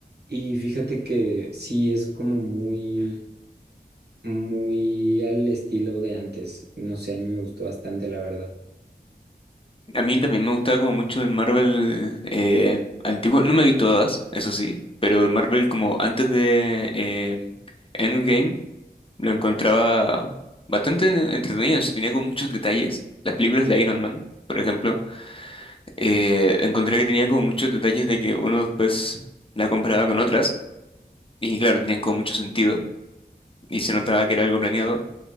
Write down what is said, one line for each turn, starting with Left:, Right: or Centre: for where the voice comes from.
Right: Y fíjate que sí es como muy, muy al estilo de antes. No sé, a mí me gustó bastante, la verdad.
Left: A mí también me gustaba como mucho el Marvel eh, antiguo. No me vi todas, eso sí, pero el Marvel como antes de eh, Endgame lo encontraba bastante entretenido. se tenía como muchos detalles. Las películas de Iron Man, por ejemplo, eh, encontré que tenía como muchos detalles de que uno después la comparaba con otras. Y claro, tenían como mucho sentido. Y se notaba que era algo planeado.